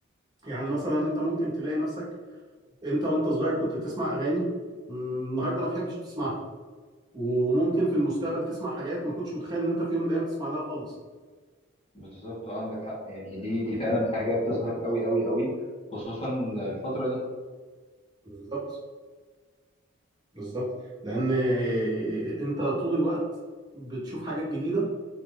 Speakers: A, on the right; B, on the left.
A: يعني مثلا انت ممكن تلاقي نفسك انت وانت صغير كنت بتسمع اغاني مم، النهارده ما تحبش تسمعها وممكن في المستقبل تسمع حاجات ما كنتش متخيل ان انت في يوم من الايام تسمع لها خالص
B: بالظبط آه، عندك حق يعني دي دي فعلا حاجة بتظهر قوي قوي قوي خصوصا الفترة دي
A: بالظبط بالظبط لان آه، انت طول الوقت بتشوف حاجات جديده